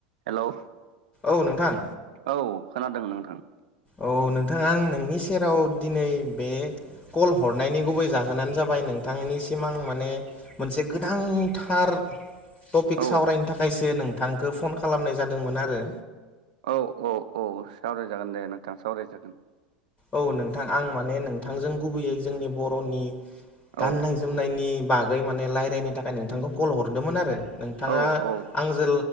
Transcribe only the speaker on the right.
हेलौ।
औ खोनादों नोंथां।
औ
औ औ सावरायजागोन दे नोंथां सावरायजागोन।
औ
औ औ